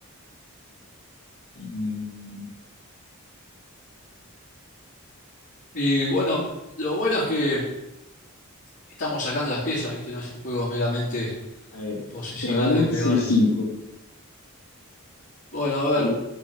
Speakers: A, on the left; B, on the left.
A: Mm,
B: Y bueno, lo bueno es que estamos sacando las piezas, ¿viste? No es un juego meramente
A: a ver,
B: posicional
A: peón
B: de peones.
A: C5.
B: Bueno, a
A: Ahí,
B: ver,